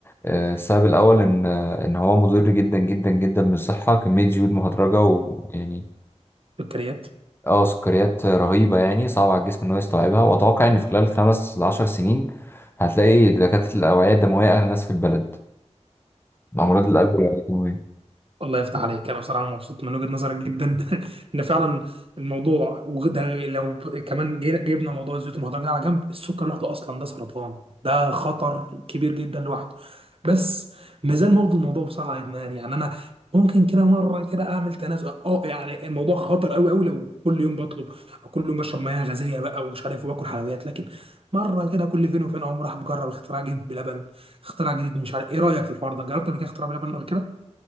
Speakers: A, on the left; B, on the right.
A: آه، السبب الأول إن آه، إن هو مضر جدا جدا جدا بالصحة كمية زيوت مهدرجة ويعني
B: سكريات
A: اه سكريات رهيبة يعني صعب على الجسم إن هو يستوعبها وأتوقع إن في خلال خمس لعشر سنين هتلاقي دكاترة الأوعية الدموية أغنى ناس في البلد مع أمراض القلب والأوعية الدموية
B: الله يفتح عليك انا بصراحه مبسوط من وجهه نظرك جدا <laughs> ان فعلا الموضوع وده لو ب- كمان جي- جبنا موضوع الزيوت المهدرجه ده على جنب السكر لوحده اصلا ده سرطان ده خطر كبير جدا لوحده بس مازال برضه الموضوع بصراحه ادمان يعني انا ممكن كده مره كده اعمل تنازل اه يعني الموضوع خطر قوي قوي لو كل يوم بطلب او كل يوم بشرب مياه غازيه بقى ومش عارف واكل حلويات لكن مره كده كل فين وفين اقوم راح مجرب اختراع جديد بلبن اختراع جديد مش عارف ايه رايك في الحوار ده جربت قبل كده اختراع بلبن قبل كده